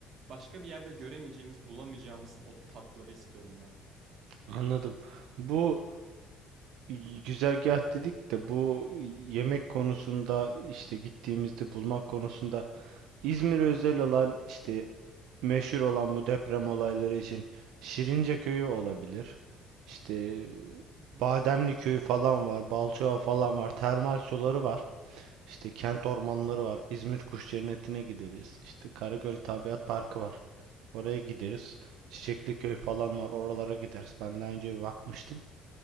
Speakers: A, on the right; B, on the right.
A: başka bir yerde göremeyeceğimiz, bulamayacağımız o tatları istiyorum ben.
B: anladım. Bu y- güzergah dedik de bu yemek konusunda işte gittiğimizde bulmak konusunda İzmir özel olan işte meşhur olan bu deprem olayları için Şirince köyü olabilir. İşte
A: Hı hı.
B: Bademli köyü falan var, Balçova falan var, termal suları var. İşte kent ormanları var. İzmir Kuş Cenneti'ne gideriz. İşte Karagöl Tabiat Parkı var. Oraya gideriz. Çiçekli köy falan var. Oralara gideriz. Ben daha önce bir bakmıştım.